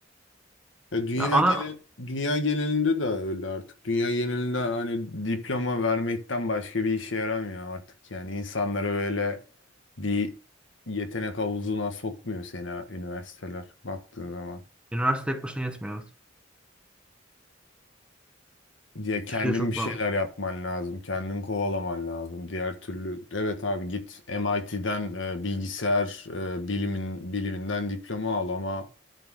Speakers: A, on the left; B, in the centre.
A: Ya dünya
B: Ya ana
A: genel dünya genelinde de öyle artık. Dünya genelinde hani diploma vermekten başka bir işe yaramıyor artık. Yani insanlara böyle bir yetenek havuzuna sokmuyor seni ha- üniversiteler baktığın zaman.
B: üniversite tek başına yetmiyor. Evet.
A: Ya kendin
B: Türkiye çok
A: bir şeyler
B: bağlı.
A: yapman lazım, kendin kovalaman lazım. Diğer türlü evet abi git MIT'den e, bilgisayar e, bilimin biliminden diploma al ama